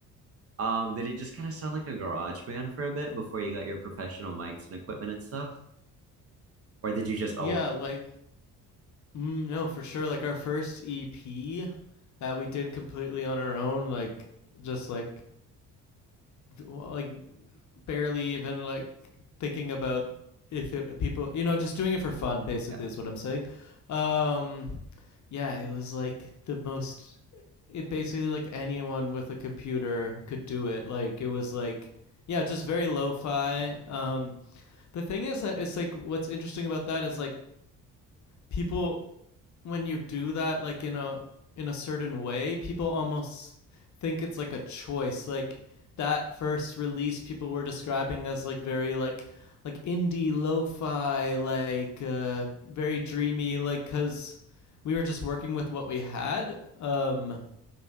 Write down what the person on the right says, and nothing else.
Um, did it just kind of sound like a garage band for a bit before you got your professional mics and equipment and stuff? Or did you just always
yeah.